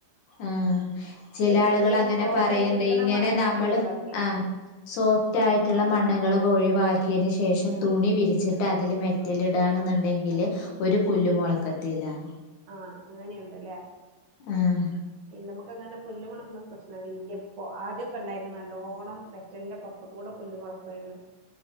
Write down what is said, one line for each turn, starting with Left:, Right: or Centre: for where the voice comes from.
Left: ആഹ് ചില ആളുകൾ
Right: നമ്മളെ ഈ
Left: അങ്ങനെ
Right: സോഫ്റ്റ്
Left: പറണ്ട്
Right: ആയി കിടക്കുന്ന
Left: ഇങ്ങനെ
Right: മണ്ണുകളൊക്കെ
Left: നമ്മൾ
Right: ഒഴിവാക്കി
Left: ആ സോഫ്റ്റായിടുള്ള മണ്ണ്കളും പോയിവരി ക്കിന് ശേഷം
Right: ആ
Left: തുണി വിരിച്ച് റ്റതില് മെറ്റലിടാണ് ന്നുണ്ടെങ്കില് ഒരു പുല്ലുമൊളക്കത്തില്ലന്ന്
Right: ആഹ് അങ്ങനെയുണ്ട്ലേ
Left: ആഹ്
Right: ഇ നമുക്കങ്ങനാം പുല്ല് മുളക്ക്ണോം പ്രശ്ണ ഇല്ല്യപ്പൊ ആദ്യൊക്കെ ണ്ടായിർന്നു നല്ലോണം മെറ്റൽന്റെ പൊർത്ത്കൂടൊക്കെ പുല്ല് മുളക്കയ്ര്ന്ന്